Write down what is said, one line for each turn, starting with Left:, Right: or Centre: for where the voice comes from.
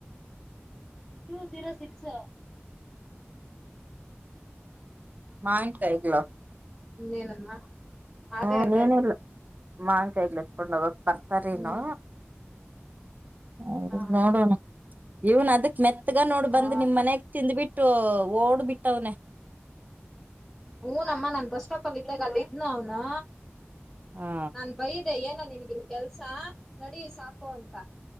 Centre: two zero six
Right: ಮಾವಿನಕಯೀಗ್ಳ?
Centre: ಇನ್ನೇನಮ್ಮ ಅದೇ
Right: ಹಾ
Centre: ಅದೇ
Right: ನೀನೆಲ್ ಮಾವಿನ್ ಕಾಯೀಗಳ್ ಏತ್ಕೊಂಡೋಗೋ ಬರ್ತಾರೇನೋ
Centre: ಹ್ಮ್
Right: ಹೌದು,
Centre: ಹಾ
Right: ನೋಡೋಣ. ಇವನ್ ಅದಕ್ ಮೆತ್ ತ್ಗ ನೋಡ್
Centre: ಹಾ
Right: ಬಂದ್ ನಿಮ್ ಮನಯಾಗ್ ತಿಂದ್ಬಿಟ್ಟು ಓಡ್ಬಿಟ್ಟವ್ನೆ.
Centre: ಹುನಮ್ಮ ನನ್ ಬಸ್ ಸ್ಟಾಪ್ ಅಲ್ಲಿ ಇದ್ದಾಗ ಅಲ್ಲಿ ಇದ್ನೋ. ನಾ
Right: ಹಾ
Centre: ನಾನ್ ಬೈದೆ ಏನ್ <inaudible> ನಿನಗಿಲ್ ಕೆಲ್ಸ, ನಡೀ ಸಾಕು ಅಂತ.